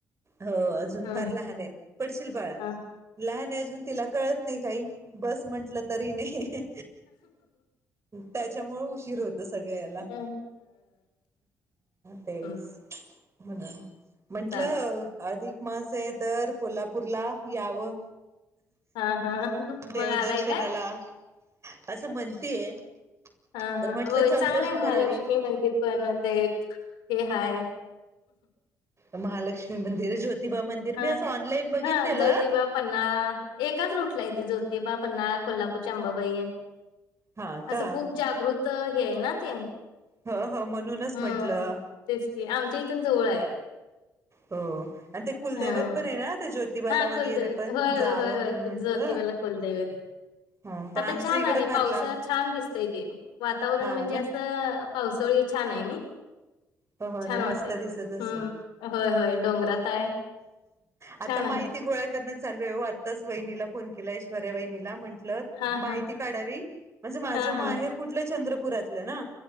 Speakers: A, on the right; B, on the left.
A: हो अजून
B: ह
A: फार लहान आहे पडशील बाळा
B: हा
A: लहान आहे अजून तिला कळत नाही काही बस म्हंटलं तरी नाही त्याच्यामुळे उशीर होतच सगळ याला
B: ह
A: तेच
B: ह
A: म्हणून म्हंटलं
B: चालत
A: अधिक मास आहे तर कोल्हापूरला यावं
B: हा हा
A: देवदर्शनाला
B: मग आलाय का
A: असं म्हणतेय
B: हा हा
A: तर म्हंटलं
B: होय
A: चौकशी
B: चांगलं आहे महालक्ष्मी
A: करावी
B: मंदिर पण ते ते हाय
A: महालक्ष्मी मंदिर ज्योतिबा मंदिर मी
B: हा
A: असं ऑनलाईन बघितलेलं
B: हा ज्योतिबा पन््हाळा एकाच रूटला य त ज्योतिबाप पन््हाळा कोल्हापूरचे अंबाबाई
A: हा का
B: असं खूप जागृत हे आहे ना ते
A: ह हो म्हणूनच
B: हम्म
A: म्हंटलं
B: तेच की आमच्या इथून जवळ आहे
A: हो आणि ते कुलदैवत
B: ह
A: पण आहे ना ज्योतिबाला
B: हा
A: वगैरे
B: कुलदैवत
A: पण
B: दे होय
A: जावं
B: होय होय होय
A: म्हणून म्हंटलं
B: जोतिबाला कुलदैवत देवे
A: ह पण
B: आता
A: आमचं
B: छान
A: इकडं
B: आहे
A: फार
B: पावसात
A: लांब
B: छान दिसत इ तेे वातावरण
A: हा
B: म्हणजे
A: ना
B: असं पावसळी छान आहे ना
A: हो हो
B: छान
A: ना मस्त
B: वाटते
A: दिसत असेल.
B: ह् होय होय डोंगरात आहे
A: आता
B: छान
A: माहिती
B: आहे
A: गोळा करण चालू आत्ताच वहिनीला फोन केला ऐश्वर्या वहिनीला म्हट
B: हा
A: माहिती
B: हा
A: काढावी म्हणजे माझं
B: हा
A: माहेर
B: हा
A: कुठलं चंद्रपुरातलं ना